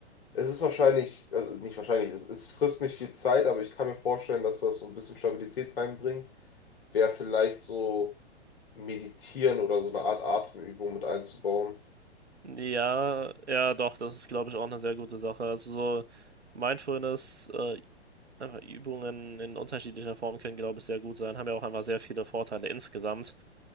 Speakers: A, on the left; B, on the right.
A: Es ist wahrscheinlich, äh, nicht wahrscheinlich, es, es frisst nicht viel Zeit, aber ich kann mir vorstellen, dass das so ein bisschen Stabilität reinbringt. Wäre vielleicht so meditieren oder so eine Art Atemübung mit einzubauen.
B: Ja, ja, doch, das ist, glaube ich, auch eine sehr gute Sache. Also so Mindfulness, äh, einfach Übungen in unterschiedlicher Form können, glaube ich, sehr gut sein, haben ja auch einfach sehr viele Vorteile insgesamt.